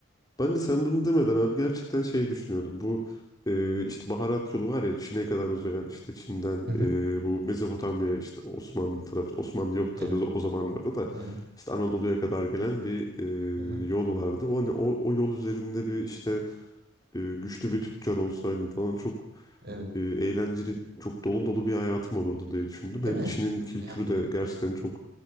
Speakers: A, on the left; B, on the right.
A: Ben de sen bunu demeden abi gerçekten şey düşünüyordum. Bu e, işte baharat yolu var ya Çin'e kadar uzayan işte Çin'den
B: Hı hı.
A: e, bu Mezopotamya işte Osmanlı tarafı Osmanlı yok
B: Evet.
A: tabii o o zamanlarda da
B: Hı hı.
A: işte Anadolu'ya kadar gelen bir
B: Hı hı.
A: e, yol vardı. O hani o, o yol üzerinde bir işte e, güçlü bir tüccar olsaydım falan çok
B: Evet.
A: e, eğlenceli, çok dolu dolu bir hayatım olurdu diye düşündüm. Hem
B: Değil mi?
A: Çin'in kültürü
B: Yani.
A: de gerçekten çok